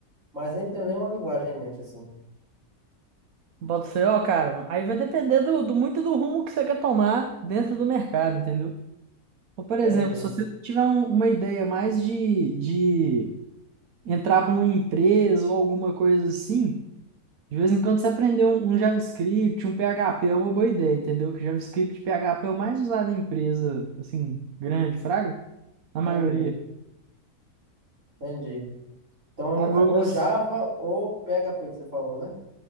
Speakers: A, on the right (about 50°); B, on the right (about 70°).
A: mas nem tenho nenhuma linguagem em mente, assim.
B: Botafé, ó, cara. Aí vai depender do, do- muito do rumo que você quer tomar dentro do mercado, entendeu? Ou, por exemplo,
A: Entendi.
B: se você tiver um- uma ideia mais de, de entrar para uma empresa ou alguma coisa assim, de vez em quando você aprender um, um JavaScript, um PHP é uma boa ideia, entendeu? Que JavaScript e PHP é o mais usado em empresa, assim, grande, fraga, na maioria.
A: Entendi, entendi. Então,
B: Agora,
A: a- ou
B: s-
A: Java ou PHP que você falou, né?